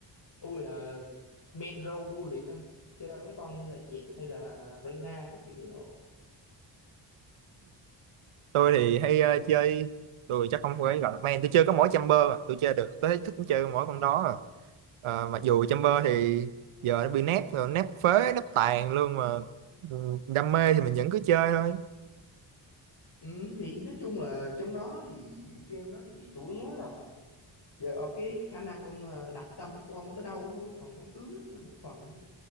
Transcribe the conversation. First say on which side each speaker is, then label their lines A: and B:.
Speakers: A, on the left (about 55°); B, on the right (about 85°).
A: tôi là main role đua liệt không chơi mấy con như là Jett hay là Reyna các kiểu rồi
B: tôi thì hay ờ, chơi tôi chắc không phải gọi là main tôi chơi có mỗi Chamber à. tôi chơi được tôi thấy thích chơi mỗi con đó à. Ờ, mặc dù Chamber thì giờ nó bị nép rồi nép phế nép tàn luôn mà ừ, đam mê thì mình vẫn cứ chơi thôi
A: ừ, thì nói chung là trong đó thì game đó thì chủ yếu là chờ ở cái khả năng ông ờ, đặt tâm của ông tới đâu thôi còn con tướng nó chỉ là một phần thôi.